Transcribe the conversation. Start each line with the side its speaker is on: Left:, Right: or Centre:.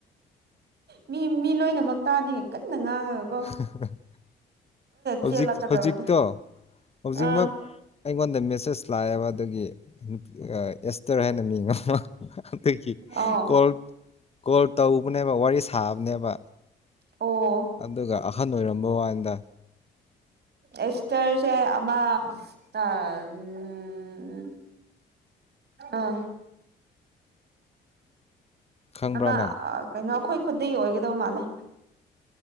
Right: ꯃꯤ ꯃꯤ ꯂꯣꯏꯅꯃꯛ ꯇꯥꯅꯤ ꯀꯟꯅ ꯉꯥꯡꯉꯕ
Left: <unintelligible> ꯍꯧꯖꯤꯛ
Right: ꯆꯦꯜꯂꯛꯀꯗꯕꯅꯤ
Left: ꯍꯧꯖꯤꯛꯇꯣ ꯍꯧꯖꯤꯛꯃꯛ
Right: ꯑꯥ
Left: ꯑꯩꯉꯣꯟꯗ ꯃꯦꯁꯦꯁ ꯂꯥꯛꯑꯦꯕ ꯑꯗꯨꯒꯤ ꯑꯦꯁꯇꯔ ꯍꯥꯏꯅ ꯃꯤꯡꯉꯣ ꯑꯗꯒꯤ
Right: ꯑꯣ
Left: ꯀꯣꯔ ꯀꯣꯔ ꯇꯧꯕꯅꯦꯕ ꯋꯥꯔꯤ ꯁꯥꯕꯅꯦꯕ
Right: ꯑꯣ
Left: ꯑꯗꯨꯒ ꯑꯍꯟ ꯑꯣꯏꯔꯝꯕ ꯋꯥꯗ
Right: ꯑꯦꯁꯇꯔꯁꯦ ꯑꯃ ꯑ ꯎ ꯎ ꯑꯥ
Left: ꯈꯪꯕ꯭ꯔꯥ
Right: ꯑꯃ
Left: ꯅꯪ
Right: ꯀꯩꯅꯣ ꯑꯩꯈꯣꯏ ꯈꯨꯒꯤ ꯑꯣꯏꯒꯗꯧ ꯃꯥꯜꯂꯦ